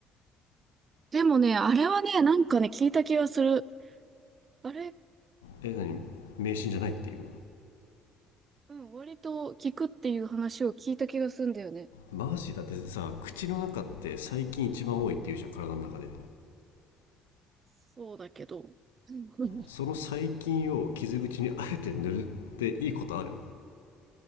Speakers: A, on the right; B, on the left.
A: でもね、あれはね、なんかね、聞いた気がする。あれ、
B: え何迷信じゃないっていう
A: うん、割と聞くっていう話を聞いた気がするんだよね。
B: マジだってさ口の中って細菌一番多いっていうじゃん体の中で
A: そうだけど。うん
B: その細菌を傷口にあえて塗るっていいことある